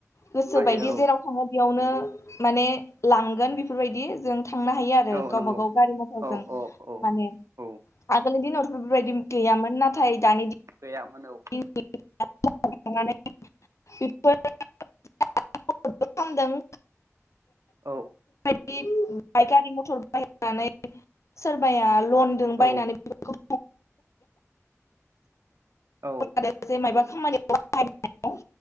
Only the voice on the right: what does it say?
हायो
औ
नंगौ
औ औ औ
औ
गैयामोन औ
औ
औ
औ